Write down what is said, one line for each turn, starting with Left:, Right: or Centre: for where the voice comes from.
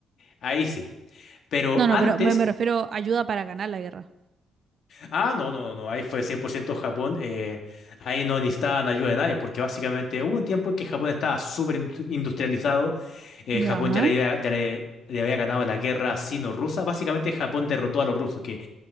Left: ahí sí. Pero
Right: No, no,
Left: antes
Right: pero me, me refiero a ayuda para ganar la guerra.
Left: Ah, no, no, no, ahí fue 100% Japón. eh, ahí no necesitaban ayuda de nadie, porque básicamente hubo un tiempo en que Japón estaba súper indu- industrializado. eh,
Right: Ya,
Left: Japón ya le había, ya le, le había ganado la guerra sino-rusa. Básicamente Japón derrotó a los rusos, que